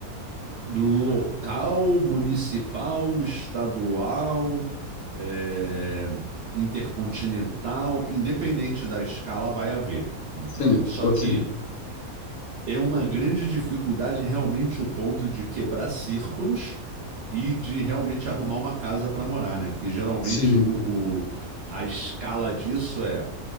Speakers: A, on the right; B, on the left.
A: Local, municipal, estadual, é, intercontinental, independente da escala, vai haver, entendeu?
B: Sim,
A: Só que
B: sim.
A: é uma grande dificuldade realmente o ponto de quebrar círculos e de realmente arrumar uma casa para morar, né? Porque geralmente
B: Sim,
A: o, o- a escala disso é